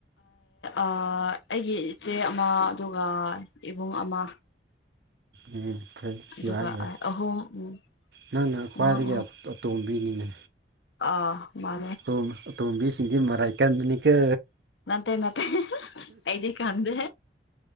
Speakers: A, on the left; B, on the right.
A: ꯑꯩꯒꯤ ꯏꯆꯦ ꯑꯃ ꯑꯗꯨꯒ ꯏꯕꯨꯡ ꯑꯃ
B: ꯎꯝ ꯐꯩ
A: ꯑꯗꯨꯒ
B: ꯌꯥꯏ ꯌꯥꯏ
A: ꯑꯍꯨꯝ ꯎꯝ
B: ꯅꯪꯅ ꯈ꯭ꯋꯥꯏꯗꯒꯤ
A: ꯑꯉꯥꯡ
B: ꯑꯇꯣꯝꯕꯤꯅꯤꯅꯦ
A: ꯑ ꯃꯥ
B: ꯇꯣ ꯇꯣꯝꯕꯤꯁꯤꯡꯗꯤ ꯃꯔꯥꯏꯀꯥꯟꯗꯅꯤ ꯀ
A: ꯅꯠꯇꯦ ꯅꯥꯠꯇꯦ ꯑꯩꯗꯤ ꯈꯥꯟꯗꯦ